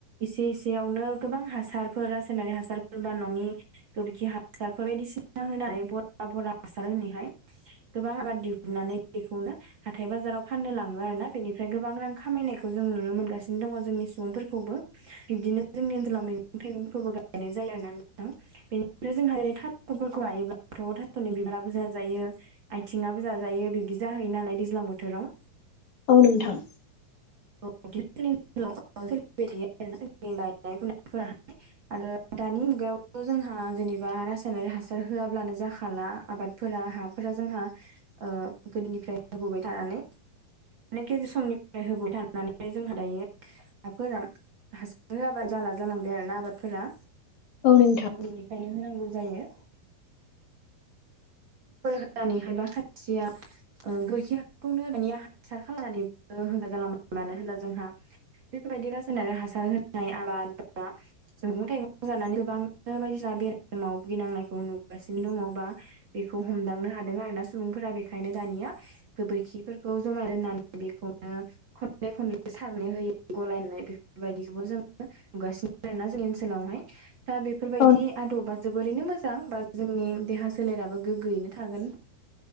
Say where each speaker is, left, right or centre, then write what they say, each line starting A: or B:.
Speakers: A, on the right; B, on the left.
A: एसे इसेयावनो गोबां हासारफोर रासायनारि हासारफोर बा न'नि गोबोरखि हासारफोर बायदिसिना होनानै बरा बरा हासार होनानैहाय गोबां आबाद दिहुननानै बेखौनो हाथाय बाजाराव फाननो लाङो आरो ना। बेनिफ्राय गोबां रां खामायनायखौ जों नुनो मोनगासिनो दङ' जोंनि सुबुंफोरखौबो। बिब्दिनो जोंनि ओनसोलाव मैगं थाइगंफोरबो गायनाय जायो आरो ना नोंथां। बेनिफ्राय जोंहा रै थास'फोरखौ हायोब्लाथ' थास'नि बिबाराबो जाजायो आथिंआबो जाजायो बिब्दि जाहैयो नालाय दैज्लां बोथोराव
B: औ नोंथां।
A: <unintelligible> <unintelligible> थायो आरोना जोंनि गायनाय फुनायफोर आरो दानि मुगायावथ' जोंहा जेनेबा रासायनारि हासार होआब्लानो जाखाला आबाद फोर हाफोरा जोंहा ओ गोदोनिफ्राय होबोबाय थानानै माने गेजि समनिफ्राय होबाय थानानैाय जोंहा दायो हाफोरा हासार होआाबा जाला जालांद आरो ना आबादफोरा
B: औ नोंथां।
A: बेनिखायनो होनांगौ जायो। <unintelligible> होनानैहायबा सानस्रिया ओ गोरखि हासारखौनो दानि हासार खालामनानैबो होना जालांबाय मानो होनब्ला जोंहा बेफोरबायदि रायनारि हासार होनाय आबाद बा जों मैगं थाइगं जानानै गोबांनो बायदिसिना बेरामाव भुगिनांनायखौ नुगासिनो दङ' बा बेखौ हमदांनो हादों आरोना सुबुंफोरा बेखायनो दानिया गोबोरखिफोरखौ जमाय रोननानै बेखौनो खनले खनले सारनाय होयो गलायनाय बेफोरबायदिखौबो जोङो नुगासिनो आरो ना जोंनि ओनसोलाव हाय। दा बेफोरबायदि
B: औ
A: आदबा जोबोरैनो मोजां बा जोंनि देहा सोलेराबो गोग्गोयैनो थागोन